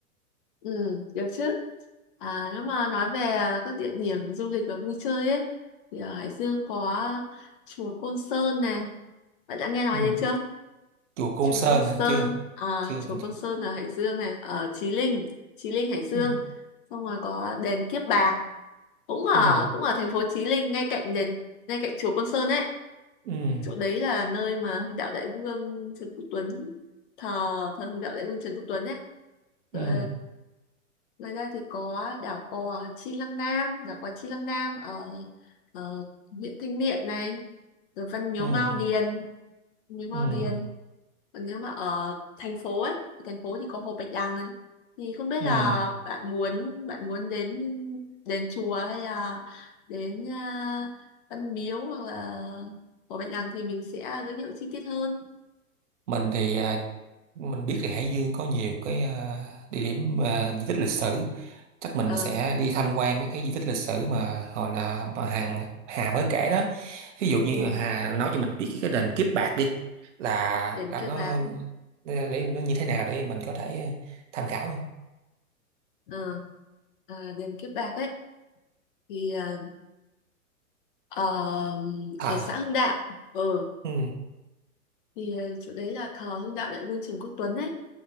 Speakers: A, on the left; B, on the right.
A: ừ, được chứ. À, nếu mà nói về à, các địa điểm du lịch và vui chơi ấy, thì ở Hải Dương có chùa Côn Sơn này. Bạn đã nghe nói
B: Ừm,
A: đến chưa?
B: Chùa Côn
A: Chùa
B: Sơn
A: Côn Sơn,
B: hả? Chưa,
A: à,
B: chưa
A: chùa
B: mình.
A: Côn
B: chưa.
A: Sơn ở Hải Dương này, ở Chí Linh, Chí Linh Hải Dương.
B: Ừm,
A: Xong rồi có đền Kiếp Bạc, cũng ở
B: ừm,
A: cũng ở thành phố Chí Linh, ngay cạnh đền, ngay cạnh chùa Côn Sơn ấy.
B: ừm,
A: Chỗ đấy là nơi mà Hưng Đạo Đại Vương Trần Quốc Tuấn thờ thờ Hưng Đạo Đại Vương Trần Quốc Tuấn ấy Ờ,
B: ừm,
A: ngoài ra thì có đảo cò Chi Lăng Nam đảo cò Chi Lăng Nam ở, ở huyện Thanh Miện này rồi Văn Miếu
B: ừm,
A: Mao Điền Miếu
B: ừm,
A: Mao Điền còn nếu mà ở thành phố ấy thì thành phố thì có Hồ Bạch Đằng ấy. thì không biết
B: ừm.
A: là bạn muốn bạn muốn đến đền chùa hay là đến ờ, Văn Miếu hoặc là Hồ Bạch Đằng thì mình sẽ giới thiệu chi tiết hơn
B: mình thì à, mình biết là Hải Dương có nhiều cái à, địa điểm à, di tích lịch sử chắc mình
A: ờ
B: sẽ đi tham quan mấy cái di tích lịch sử mà hồi là bà Hằng Hà mới kể đó ví dụ như
A: ừ,
B: Hà nói cho mình biết cái đền Kiếp Bạc đi là
A: đền
B: là
A: Kiếp
B: nó
A: Bạc
B: để nó như thế nào để mình có thể tham khảo
A: ờ à, đền Kiếp Bạc ấy thì ờ, Ờ,
B: ờ
A: ở xã Hưng Đạo ừ
B: ừ
A: thì ờ, chỗ đấy là thờ Hưng Đạo Đại Vương Trần Quốc Tuấn ấy